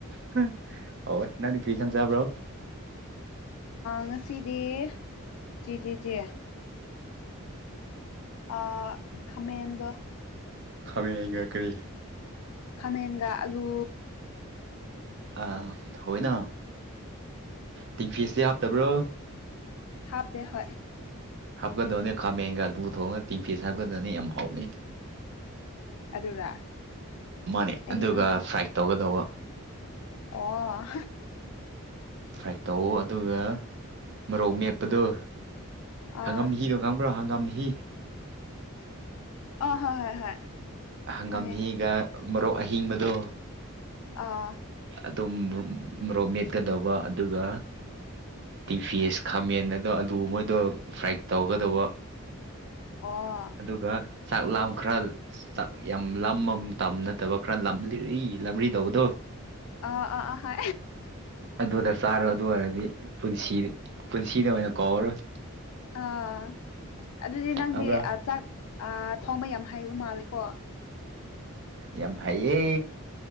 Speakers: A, on the right; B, on the left.
A: ꯍ ꯅꯅꯤ ꯀ꯭ꯔꯤꯁꯪ ꯆꯥꯕ꯭ꯔꯣ
B: ꯉꯁꯤꯗꯤ ꯆꯦ ꯆꯦ ꯆꯦ ꯑ ꯈꯃꯗ
A: ꯈꯥꯃ ꯅꯩꯅꯒ ꯀꯔꯤ
B: ꯈꯥꯃꯦꯟꯒ ꯑꯂꯨ
A: ꯑ ꯍꯣꯏꯅ ꯇꯤꯐꯁꯦ ꯍꯥꯞꯇꯕ꯭ꯔꯣ
B: ꯍꯥꯞꯦ ꯍꯣꯏ
A: ꯍꯥꯞꯀꯗꯧꯅꯤ ꯈꯥꯃꯦꯟꯒ ꯂꯨꯊꯣꯡꯉꯒ ꯇꯤꯟ ꯐꯤꯁ ꯍꯥꯞꯀꯗꯕꯅꯤ ꯌꯥꯝ ꯍꯥꯎꯂꯤ
B: ꯑꯗꯨꯔ
A: ꯃꯥꯅꯦ
B: ꯑꯁ ꯑꯩꯗꯤ
A: ꯑꯗꯨꯒ
B: ꯈꯪꯗꯦ
A: ꯐ꯭ꯔꯥꯏ ꯇꯧꯒꯗꯧꯕ
B: ꯑꯣ
A: ꯐ꯭ꯔꯥꯏ ꯇꯧ ꯑꯗꯨꯒ ꯃꯔꯣꯛ ꯃꯦꯠꯄꯗꯨꯣ
B: ꯑꯥ
A: ꯍꯥꯡꯉꯝꯒ ꯍꯪꯉꯥꯡꯕ꯭ꯔꯥ ꯍꯪꯒꯥꯝꯍꯤ
B: ꯑ ꯍ ꯍꯣꯏ ꯍꯣꯏ
A: ꯍꯪꯒꯥꯝꯍꯤꯒ
B: ꯈꯪꯉꯦ
A: ꯃꯔꯣꯛ ꯑꯍꯤꯡꯕꯗꯣ
B: ꯑꯥ
A: ꯑꯗꯨꯝ ꯃꯣꯛ ꯃꯦꯠꯀꯗꯧꯕ ꯑꯗꯨꯒ ꯇꯤꯐꯤꯁ ꯈꯥꯃꯦꯟ ꯑꯗꯣ ꯑꯗꯨ ꯃꯣꯏꯗꯣ ꯐ꯭ꯔꯥꯏꯠ ꯇꯧꯒꯗꯧꯕ
B: ꯑꯣ
A: ꯑꯗꯨꯒ ꯆꯥꯛ ꯂꯥꯎ ꯈꯔ ꯌꯥꯝ ꯂꯝ ꯑꯃ ꯇꯝꯅꯗꯕ ꯈꯔ ꯂꯝꯂꯤꯔꯤ ꯂꯝꯔꯤ ꯇꯧꯕꯗꯣ
B: ꯑꯥ ꯑꯥ ꯑꯥ ꯍ
A: ꯑꯗꯨꯗ ꯆꯥꯔꯣ ꯑꯗꯨ ꯑꯣꯏꯔꯗꯤ ꯄꯨꯁꯤ ꯄꯨꯟꯁꯤꯗ ꯑꯣꯏꯅ ꯀꯥꯎꯔꯔꯣꯏ
B: ꯑꯥ ꯑꯗꯨꯗꯤ ꯅꯪꯗꯤ
A: ꯈꯪꯕ꯭ꯔꯥ
B: ꯆꯥꯛ ꯊꯣꯡꯕ ꯌꯥꯝ ꯍꯩꯕ ꯃꯥꯂꯦꯀꯣ
A: ꯌꯥꯝ ꯐꯩꯌꯦ